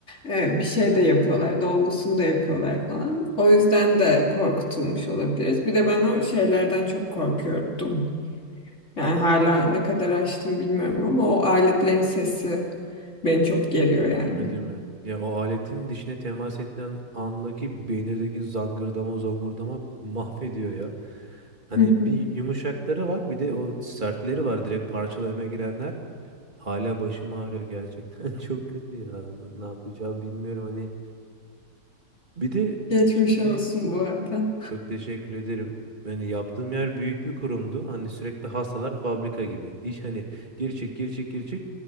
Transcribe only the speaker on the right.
Değil mi, değil mi? Ya o aletin dişine temas edilen andaki beynirdeki zangırdama zongurdama mahvediyor ya. Hani
bir yumuşakları var bir de o sertleri var direkt parçalamaya girenler. Hala başım ağrıyor gerçekten. <laughs> Çok kötü ya. N- Ne yapacağım bilmiyorum hani. Bir de
şimdi
Te- Çok teşekkür ederim. Yani yaptığım yer büyük bir kurumdu. Hani sürekli hastalar fabrika gibi. İş hani gir çık gir çık gir çık.